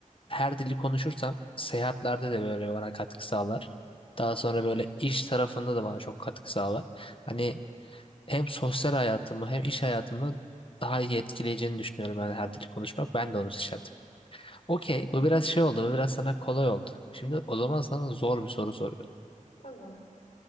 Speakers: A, on the left; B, on the left.
A: her dili konuşursam seyahatlerde de böyle bana katkı sağlar. Daha sonra böyle iş tarafında da bana çok katkı sağlar. Hani hem sosyal hayatımı hem iş hayatımı daha iyi etkileyeceğini düşünüyorum yani her dili konuşmak. Ben de onu seçerdim. Okey,
B: Değil mi?
A: bu biraz şey oldu, bu biraz sana kolay oldu. Şimdi o zaman sana zor bir soru soruyorum.
B: Tamam.